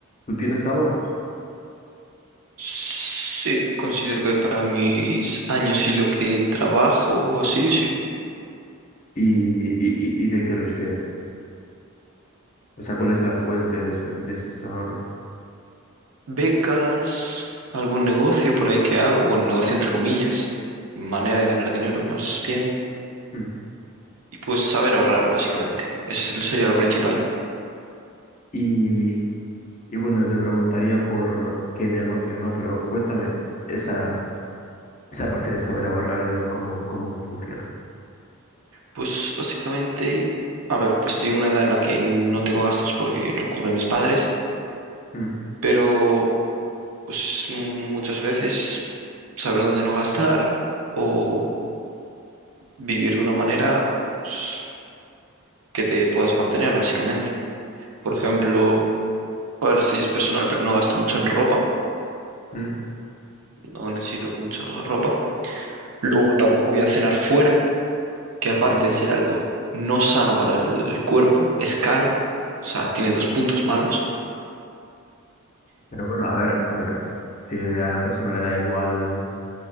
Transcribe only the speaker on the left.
Tú tienes ahorros
y, y, y y de qué los tienes. O sea, ¿cuál
es la fuente de, eso- de esos ahorros?
Hmm.
Y, y bueno, te preguntaría por qué negocio, ¿no? Pero cuéntame esa, esa parte de saber ahorrar, de dó- cómo, cómo funciona.
Hmm,
hmm,
Sí.
Pero bueno, a ver, a ver, si a la persona le da igual,